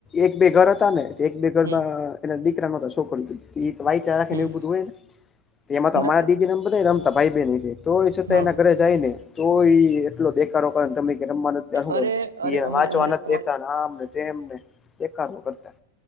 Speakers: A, on the left; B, on the right.
A: એક બે ઘર હતા ને એક બે ઘરમાં.
B: હમ
A: એ દીકરા ન છોકરી ધ <inaudible> એ વા રાખી
B: હમ
A: ને એવ બધું હોય ને એમાં
B: હું
A: તો અમારા
B: રાખે
A: દીદીને ન રમતા ભાઈ બેન છે તો છતાં
B: હા
A: એના ઘરે જાય ને તો એ એટલો દેખો કર તમે રમવા વાંચવા
B: અરે અરે અમારે અમારે
A: નથી
B: અમારે
A: જ દેખતામને તેમને દેખા કરતા